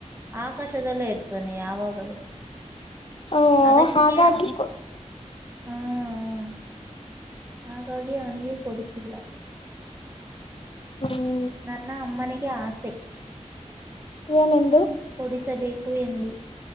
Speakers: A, on the right; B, on the left.
A: ಆಕಾಶದಲ್ಲೇ ಇರ್ತಾನೆ ಯಾವಾಗಲೂ.
B: ಹ
A: ಅದಕ್ಕೆ
B: ಹಾಗಾಗಿ
A: ಹುಂ ಹಾಗಾಗಿ ಅವನಿಗೆ ಕೊಡಿಸಿಲ್ಲಾ
B: ಹುಂ
A: ನನ್ನ ಅಮ್ಮನಿಗೆ ಆಸೆ
B: ಏನೆಂದು.
A: ಕೊಡಿಸಬೇಕು ಎಂದು